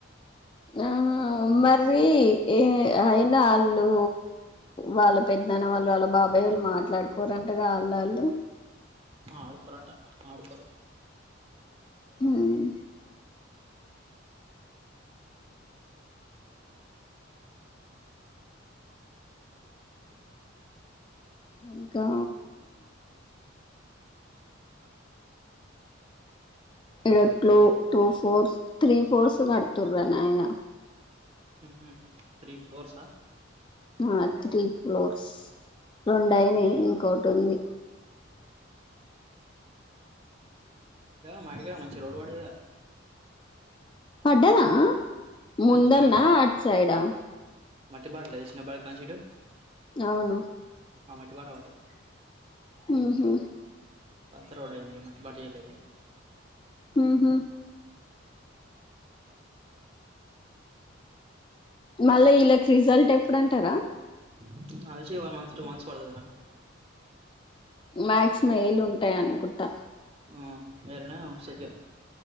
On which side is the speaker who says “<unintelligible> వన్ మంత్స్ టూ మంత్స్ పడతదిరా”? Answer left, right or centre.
Right